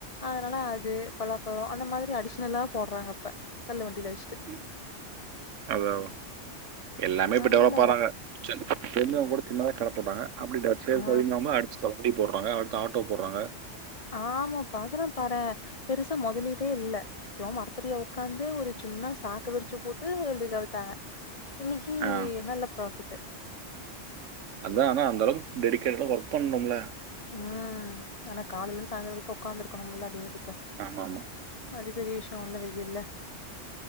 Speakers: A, on the left; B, on the right.
A: அதனால அது பலாப்பழம் அந்த மாதிரி அடிஷ்னலா போட்றாங்க இப்ப தள்ள வண்டில வெச்
B: ம் அதா அதா எல்லாமே இப்ப
A: நல்ல
B: டெவளப்பாறாங்க <unintelligible> தெரிஞ்சவங்க கூட சின்னதா கட போட்டாங்க <unintelligible>
A: ஆ
B: சோ அப்டி போட்றாங்க அடுத்து ஆட்டோ போட்றாங்க
A: ஆமாப்பா அதெல்லாம் பாறே பெருசா மொதலிடே இல்ல சோ மரத்தடிய உக்காந்து ஒரு சும்னா சாக்கு விரிச்சு போட்டு ப்டி கவித்தாங்க இன்னிக்கி
B: ஆ.
A: நல்ல ப்ராஃபிட்டு
B: அதா ஆனா அந்தளவுக் டெடிகேட்டடா ஒர்க் பண்ணும்ல
A: ம் ஆனா காலையிலிந்து சாய்ந்தரம் வரைக்கு உக்காந்துருக்கணும்ல அதே விக்க
B: ஆமாமா
A: அது பெரிய விஷ்யம் உள்ள வெயில்ல